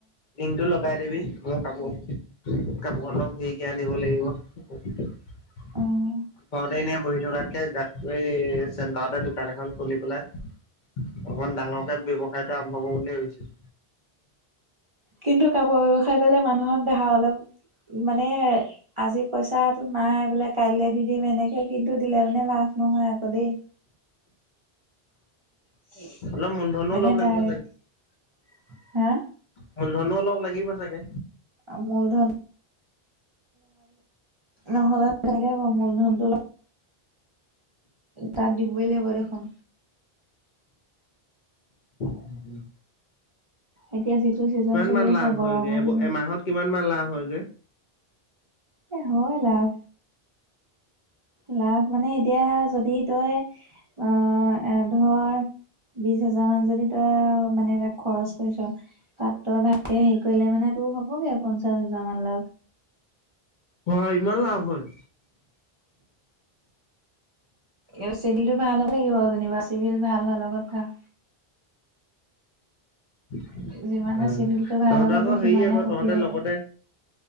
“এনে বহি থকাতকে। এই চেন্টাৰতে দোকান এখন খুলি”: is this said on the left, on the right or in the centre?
Left